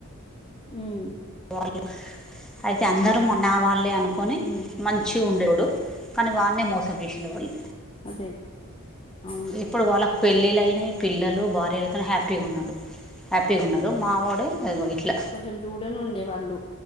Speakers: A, on the left; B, in the centre.
A: ఊమ్
B: వాళ్ళు ఐతె అందరు మనా వాళ్ళే అన్కొని
A: ఉమ్
B: మన్ షి గుండోడు కని వాన్నే మోసం జేషిండు వాళ్ళు
A: అదే అవును
B: ఇప్పుడు వాళ్ళ పెళ్ళిలైనయ్ పిల్లలు భార్యలతొనె హ్యాపీగున్నడు హ్యాపీగున్నరు మా వాడో ఇగో ఇట్ల
A: జన్జూడనుండె వాళ్ళు